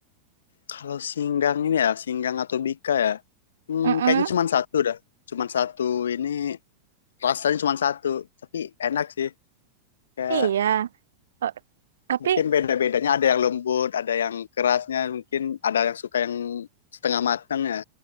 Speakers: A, on the left; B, on the right.
A: kalau singgang ini ya, singgang atau bika ya. Hmm,
B: Mm-mm,
A: kayaknya cuman satu dah. Cuman satu ini rasanya cuma satu tapi enak sih kayak
B: iya. Eh, tapi
A: mungkin beda-bedanya ada yang lembut ada yang kerasnya mungkin ada yang suka yang setengah matang ya